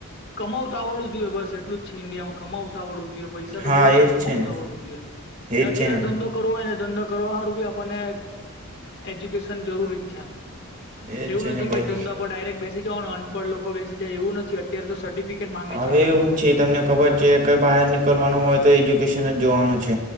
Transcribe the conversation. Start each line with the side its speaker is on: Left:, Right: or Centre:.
Left: કમાવતા આવડું જોઈએ બસ એટલું જ છે ઇન્ડિયામાં કમાવતા આવળવું જોઈએ પૈસા
Right: હા
Left: તો બહુ
Right: એજ
Left: છે કમાવતા
Right: ને
Left: આવળવુ જોઈએ
Right: એજ
Left: ને અત્યારે
Right: છે
Left: ધંધો કરવો એને ધંધો કરવા સારું બી આપણને એજ્યુકેશન જરૂરી જ છે એમ
Right: એજ
Left: એવું
Right: છે
Left: નથી
Right: ને ભાઈ
Left: કે ધંધા પર ડાયરેક્ટ બેસી જવાનુ અનપડ લોકો બેસી જાય એવું નથી અત્યારે તો સર્ટિફિકેટ માંગે છે
Right: હવે
Left: એના
Right: ઉ
Left: પણ
Right: તમને ખબર છે કંઈ બહાર નીકળવાનું હોય તો એજ્યુકેશન જ જોવાનું છે